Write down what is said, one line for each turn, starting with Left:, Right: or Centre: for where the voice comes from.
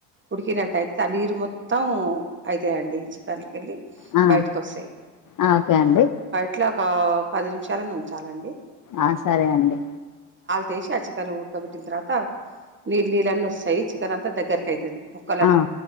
Right: ఉడికినట్టైత ఆ నీరు మొత్తం ఐతయి అండి చికెన్లకెళ్ళి
Left: ఆ
Right: బయటకి వస్తయి
Left: ఆ ఓకే అండి
Right: ట్ల ఒక పది నిమిషాలన్నా ఉంచాలండి
Left: ఆ సరే అండి
Right: తేషి ఆ చికెను ఉడకబెట్టిన తర్వాత నీళ్ళు నీళ్ళన్నీ వస్తాయి చికెన్ అంతా దగ్గరకు ఐతది ముక్కలన్నీ
Left: ఆ